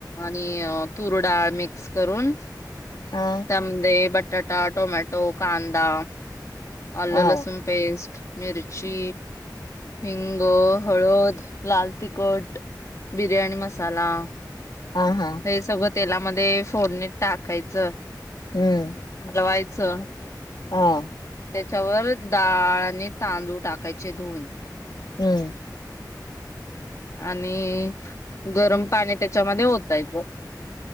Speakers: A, on the left (about 45°); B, on the left (about 75°).
A: आणि अ तुरडाळ मिक्स करून
B: हा
A: मग ते बटाटा, टोमॅटो, कांदा, आल-लसुण
B: हा
A: पेस्ट मिरची हिंग, हळद, लाल तिखट, बिर्याणी मसाला
B: हा हा
A: हे सगळं तेलामध्ये फोडणी टाकायचं
B: हम्म
A: हलवायचं
B: हा
A: त्याच्यावर डाळ आणि तांदूळ टाकायचे धुऊन
B: हम्म
A: आणि गरम पाणी त्याच्यामध्ये ओतायच